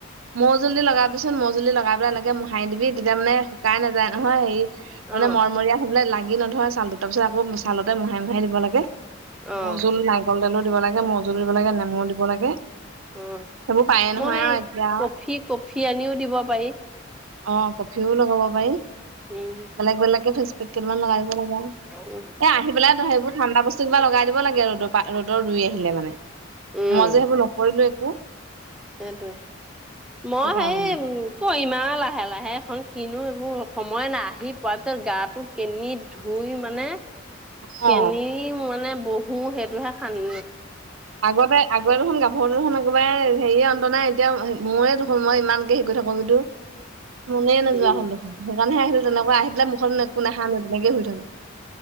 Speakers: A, on the right (about 80°); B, in the centre.
A: মৌজুল লগাবিচোন মৌজুল লগাই পেলাই এনেকে মোহাই দিবি তেতিয়া মানে শুকাই নাযায় নহয় হেৰি। মানে
B: অ',
A: মৰমৰীয়া হবলে লাগি নধৰা ছালটো তাৰপিছত আকৌ ছালতে মহাই মহাই দিব লাগে।
B: অ',
A: মৌজুল নাৰিকল তেলো দিব লাগে মৌজোল দিব লাগে নেমু দিব লাগে
B: অ
A: সেইবোৰ পায়ে নহয়
B: মই সেই
A: আৰু এতিয়া
B: কফি কফি আনিও দিব পাৰি।
A: অঁ কফিও লগাব পাৰি।
B: উম,
A: বেলেগ বেলেগকে ফেচ পেক কেইদমান লগাই দিব লগা
B: উম,
A: এ আহি পেলাই সেইবোৰ ঠাণ্ডা বস্তু। বস্তু কিবা লগাই দিব লাগে, ৰ'দৰ পৰা ৰ'দৰ ৰুই আহিলে মানে
B: উম
A: মই যে সেইবোৰ নকৰিলো একো।
B: সেইটোৱে
A: সেইটো
B: মই
A: কাৰণে
B: সেই কৰিমা আ লাহে লাহে এখন। কিনো এইবোৰ সময় নাই আহি পোৱাৰ পিছত গাটো কিনি ধুই মানে।
A: অ
B: কেনি মানে বহো সেইটোহে খান।
A: আগতে- আগতে দেখোন গাভৰু দেখোন একোবাৰ হেৰিয়ে অন্ত নাই এতিয়া মোৰে দেখোন মই ইমানকে হেৰি কৰি থাকো যদিটো। মনেই নোযোৱা
B: উম
A: হ'ল দেখোন সেইকাৰণেহে আহিলো তেনেকুৱা আহি পেলাই মুখত একো নাখা নাই তেনেকে শুই থাকো।